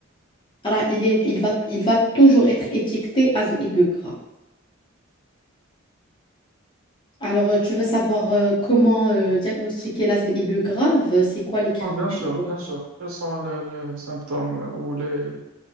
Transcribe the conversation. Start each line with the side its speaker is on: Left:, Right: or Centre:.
Left: alors il est, il va, il va toujours être étiqueté asthme aigu grave. Alors, euh, tu veux savoir euh, comment euh, diagnostiquer l'asthme aigu grave? C'est quoi les critères?
Right: Ouais, bien sûr, bien sûr. Quels sont les, les symptômes euh, ou les,